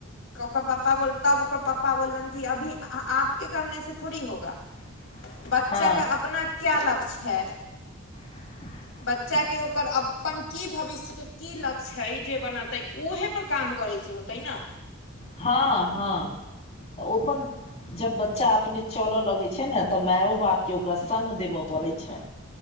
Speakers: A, on the left; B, on the left.
A: ओकर पप्पा बोल तब ओकर पप्पा बोलनि कि अभी आपके करने से थोड़ी होगा
B: <inaudible>
A: बच्चाके
B: हँ
A: अपना क्या लक्ष्य है
B: <inaudible>
A: बच्चा के ओकर अपन की भविष्य के की लक्ष्य हइ जे बनतै उहे पर काम करै छै होतै ने
B: हँ हँ ओ अपन जब बच्चा अपने चलय लगैत छै ने तऽ मायो बापकेँ ओकरा संग देबय पड़ैत छै